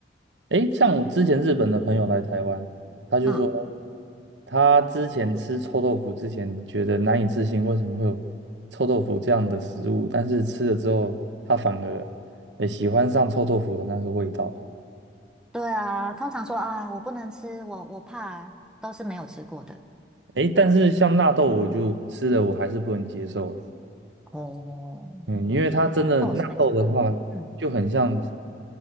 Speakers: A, on the right; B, in the centre.
A: 诶，像之前日本的朋友来台湾，他就说
B: 嗯，
A: 他之前吃臭豆腐之前觉得难以置信，为什么会有臭豆腐这样的食物？但是吃了之后，他反而也喜欢上臭豆腐的那个味道。
B: 对啊，通常说啊，我不能吃，我我怕，都是没有吃过的。
A: 诶，但是像纳豆，我就吃了我还是不能接受。
B: 哦，
A: 嗯，因为它真的纳豆的话，
B: 那我是没吃过。嗯。
A: 就很像